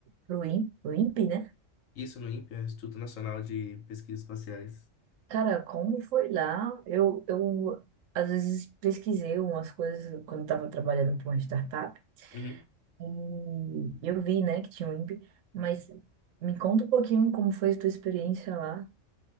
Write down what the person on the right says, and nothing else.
pro INPE, pro INPE, né?
Cara, como foi lá? Eu, eu às vezes pesquisei umas coisas quando estava trabalhando para uma startup
e eu vi, né, que tinha o INPE, mas me conta um pouquinho como foi a tua experiência lá.